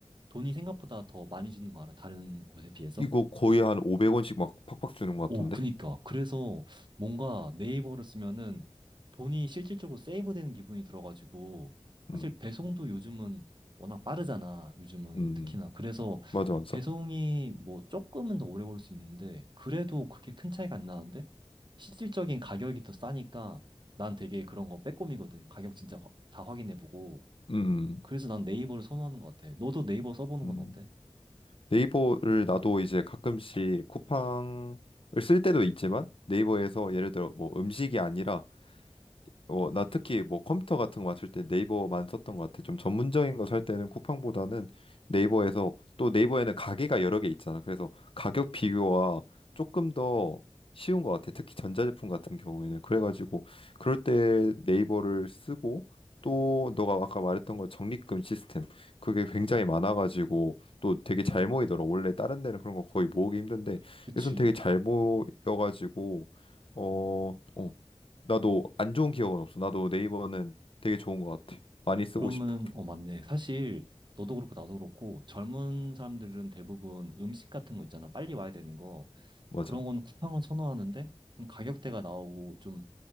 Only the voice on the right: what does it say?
돈이 생각보다 더 많이 주는 거 알아? 다른 곳에 비해서?
오,
그니까. 그래서 뭔가 네이버를 쓰면은 돈이 실질적으로 세이브되는 기분이 들어가지고 사실
배송도 요즘은 워낙 빠르잖아. 요즘은
특히나.
그래서
배송이 뭐 조금은 더 오래 걸 수 있는데 그래도 그렇게 큰 차이가 안 나는데 실질적인 가격이 더 싸니까 난 되게 그런 거 빼꼼이거든. 가격 진짜 확- 다 확인해보고.
그래서 난 네이버를 선호하는 것 같아. 너도 네이버 써보는
건 어때?
그치.
그러면은,
어, 맞네. 사실, 너도 그렇고, 나도 그렇고, 젊은 사람들은 대부분 음식 같은 거 있잖아. 빨리 와야 되는 거.
그런 거는 쿠팡을 선호하는데, 좀 가격대가 나오고, 좀